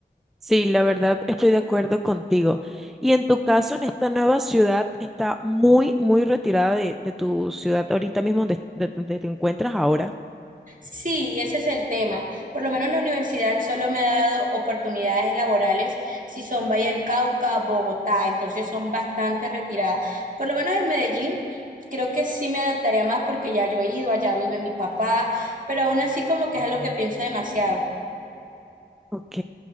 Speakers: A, in the centre; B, on the right.
A: Sí, la verdad estoy de acuerdo contigo. Y en tu caso, en esta nueva ciudad, está muy, muy retirada de, de tu ciudad ahorita mismo donde, de donde te encuentras ahora.
B: Sí, ese es el tema. Por lo menos la universidad solo me ha dado oportunidades laborales si son Valle del Cauca, Bogotá, entonces son bastante retiradas. Por lo menos en Medellín creo que sí me adaptaría más porque ya yo he ido, allá vive mi papá, pero aún así como que es algo que pienso demasiado.
A: Ok,